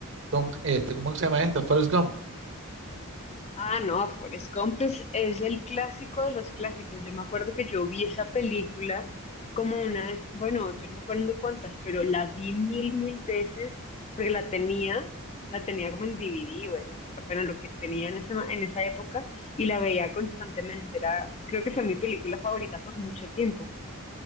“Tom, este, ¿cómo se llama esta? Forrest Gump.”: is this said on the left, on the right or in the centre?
Right